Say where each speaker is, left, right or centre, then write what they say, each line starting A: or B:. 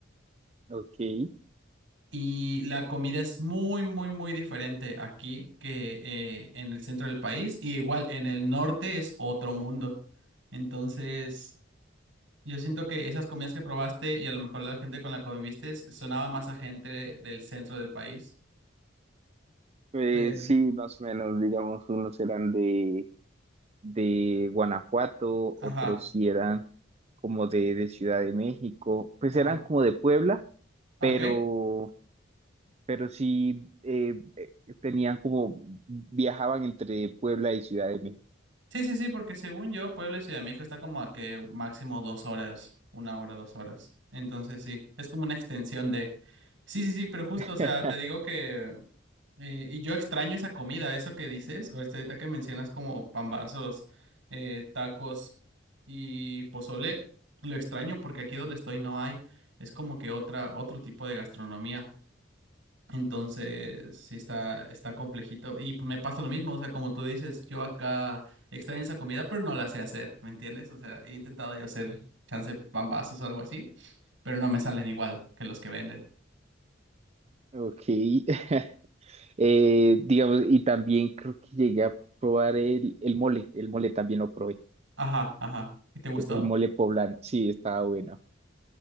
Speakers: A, on the right (about 35°); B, on the right (about 85°).
A: ok.
B: Y la comida es muy, muy, muy diferente aquí que eh, en el centro del país. Y igual en el norte es otro mundo. Entonces, yo siento que esas comidas que probaste y a lo mejor la gente con la que conviviste sonaba más a gente del centro del país.
A: Pues
B: Pero,
A: sí, más o menos, digamos, unos eran de de Guanajuato,
B: ajá,
A: otros sí eran como de, de Ciudad de México, pues
B: ajá.
A: eran como de Puebla,
B: ¿Ah,
A: pero,
B: Ok.
A: pero sí eh, eh, tenían como, viajaban entre Puebla y Ciudad de México.
B: Sí, sí, sí, porque según yo, Puebla y Ciudad de México está como a que máximo dos horas, una hora, dos horas. Entonces, sí, es como una extensión de... Sí, sí, sí, pero justo,
A: <laughs>
B: o sea, te digo que Eh, y yo extraño esa comida, eso que dices, ahorita ahorita que mencionas como pambazos, eh, tacos y pozole, lo extraño porque aquí donde estoy no hay, es como que otra, otro tipo de gastronomía. Entonces, sí está, está complejito. Y pues, me pasa lo mismo, o sea, como tú dices, yo acá extraño esa comida, pero no la sé hacer, ¿me entiendes? O sea, he intentado yo hacer chance pambazos o algo así, pero no me salen igual que los que venden.
A: Ok, <laughs> Eh, digamos, y también creo que llegué a probar el, el mole, el mole también lo probé,
B: Ajá, ajá. ¿Y te gustó?
A: el, el mole poblano, sí, estaba bueno.